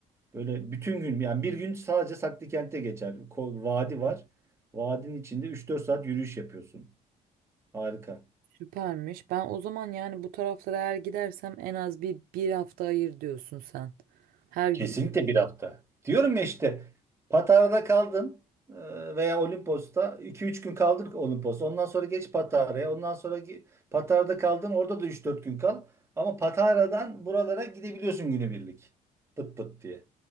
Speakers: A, on the right; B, on the right.
A: Böyle bütün gün yani bir gün sadece Saklı Kent'e geçer. Ko- Vadi var. Vadinin içinde üç dört saat yürüyüş yapıyorsun. Harika.
B: süpermiş. Ben o zaman yani bu taraflara eğer gidersem en az bir bir hafta ayır diyorsun sen. Her gün.
A: Kesinlikle bir hafta. Diyorum ya işte Patara'da kaldın e, veya Olimpos'ta iki üç gün kaldın Olimpos'ta. Ondan sonra geç Patara'ya. Ondan sonra gi- Patara'da kaldın orada da üç dört gün kal. Ama Patara'dan buralara gidebiliyorsun günübirlik. Pıt pıt diye.